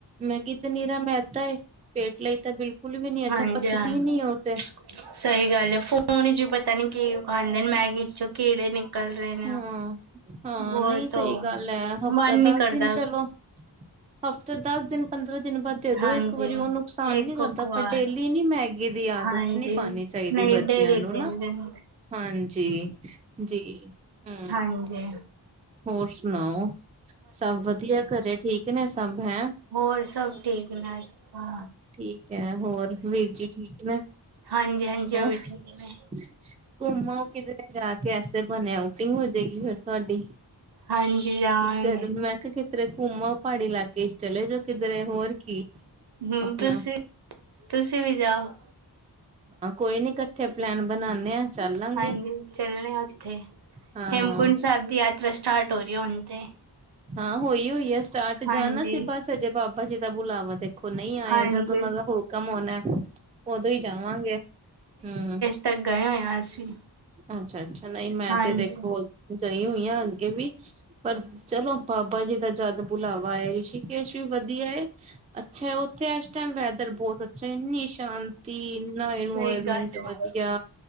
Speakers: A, on the right; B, on the right.
A: ਮੈਗੀ ਤੇ ਨੀਰਾ ਮੈਂਦਾ ਏ, ਪੇਟ ਲਈ ਤਾਂ ਬਿਲਕੁਲ ਵੀ ਨੀ ਅੱਛਾ
B: ਹਾਂਜੀ
A: ਪਚਦੀ
B: ਹਾਂਜੀ
A: ਨੀ ਉਹ ਤੇ
B: ਸਹੀ ਗੱਲ ਹੈ, ਫੂਡ ਚ ਵੀ ਪਤਾ ਨੀ ਕੀ ਪਾਂਦੇ ਨੇ, ਮੈਗੀ ਚੋਂ ਕਿਹੜੇ ਨਿਕਲ ਰਹੇ ਨੇ
A: ਹਾਂ, ਹਾਂ
B: ਵੋ
A: ਨਹੀਂ ਸਹੀ
B: ਤੋ
A: ਗੱਲ ਹੈ ਹਫ਼ਤਾ
B: ਮਨ ਨੀ
A: ਦਸ
B: ਕਰਦਾ
A: ਦਿਨ ਚਲੋ ਹਫ਼ਤੇ ਦਸ ਦਿਨ ਪੰਦਰਾਂ ਦਿਨ ਬਾਅਦ ਦੇ
B: ਹਾਂਜੀ
A: ਦੋ ਇੱਕ ਵਾਰੀ, ਉਹ ਨੁਕਸਾਨ
B: ਇੱਕ
A: ਨੀ ਕਰਦਾ
B: ਇੱਕ ਵਾਰ
A: ਪਰ ਡੇਲੀ ਨੀ ਮੈਗੀ ਦੀ ਆਦਤ
B: ਹਾਂਜੀ
A: ਨੀ ਪਾਣੀ ਚਾਹੀਦੀ
B: ਨਹੀਂ
A: ਬੱਚਿਆਂ
B: ਡੇਲੀ
A: ਨੂੰ
B: ਤਿੰਨ
A: ਨਾ,
B: ਦਿਨ
A: ਹਾਂਜੀ ਜੀ ਹੂ,
B: ਹਾਂਜੀ
A: ਹੋਰ ਸੁਣਾਓ ਸਭ ਵਧੀਆ ਘ ਘਰੇ ਠੀਕ ਨੇ ਸਭ, ਹੈਂ
B: ਹੋਰ ਸਭ ਠੀਕ ਨੇ ਅੱਛਾ
A: ਠੀਕ ਹੈ, ਹੋਰ ਵੀਰ ਜੀ ਠੀਕ ਨੇ
B: ਹਾਂਜੀ ਹਾਂਜੀ
A: ਹੈਂ
B: ਉਹ ਵੀ ਠੀਕ ਨੇ
A: ਘੁੰਮ ਆਔ ਕਿਧਰੇ ਜਾ ਕੇ ਐਸੇ ਬਹਾਨੇ ਆਉਟਿੰਗ ਹੋ ਜਾਏਗੀ ਫਿਰ ਤੁਹਾਡੀ
B: ਹਾਂਜੀ ਜਾਵਾਂਗੇ
A: ਮੈਂ ਕਿਹਾ ਕਿ ਕਿਧਰੇ ਘੁੰਮ ਆਔ ਪਹਾੜੀ ਇਲਾਕੇ ਚ ਚਲੇ ਜੋ ਕਿਧਰੇ ਹੋਰ ਕੀ
B: ਹੂ
A: ਆਪਣਾ
B: ਤੁਸੀਂ, ਤੁਸੀਂ ਵੀ ਜਾਓ
A: ਹਾਂ ਕੋਈ ਨੀ ਇਕੱਠੇ ਪਲੈਨ ਬਣਾਉਂਦੇ ਆ ਚੱਲਾਂਗੇ
B: ਹਾਂਜੀ ਚੱਲਣੇ ਆ ਉੱਥੇ,
A: ਹਾਂ
B: ਹੇਮਕੁੰਟ ਸਾਹਿਬ ਦੀ ਯਾਤਰਾ ਸਟਾਰਟ ਹੋ ਰਹੀ ਐ ਹੁਣ ਤੇ
A: ਹਾਂ ਹੋਈ ਹੋਈ ਆ ਸਟਾਰਟ,
B: ਹਾਂਜੀ
A: ਜਾਣਾ ਸੀ ਬਸ ਅਜੇ ਬਾਬਾ ਜੀ ਦਾ ਬੁਲਾਵਾ ਤੇ ਖੋ ਨਹੀਂ ਆਇਆ,
B: ਹਾਂਜੀ
A: ਜਦ ਉਹਨਾਂ ਦਾ ਹੁਕਮ ਹੋਣਾ ਐ ਉਦੋਂ ਹੀ ਜਾਵਾਂਗੇ ਹੂ
B: ਤਾਂ ਗਏ ਹੋਏ ਆ ਅਸੀਂ।
A: ਅੱਛਾ ਅੱਛਾ, ਨਹੀਂ ਮੈਂ
B: ਹਾਂਜੀ
A: ਤੇ ਦੇਖੋ ਗਈ ਹੋਈ ਆ ਅੱਗੇ ਵੀ। ਪਰ ਚਲੋ ਬਾਬਾ ਜੀ ਦਾ ਜਦ ਬੁਲਾਵਾ ਆਏ ਰਿਸ਼ੀਕੇਸ਼ ਵੀ ਵਧੀਆ ਐ। ਅੱਛਾ ਉੱਥੇ ਇਸ ਟਾਈਮ ਵੈਦਰ ਬਹੁਤ ਅੱਛਾ ਇੰਨੀ ਸ਼ਾਂਤੀ। ਇਨਵਾਇਰਮੈਂਟ
B: ਸਹੀ ਗੱਲ
A: ਵਧੀਆ
B: ਹੈ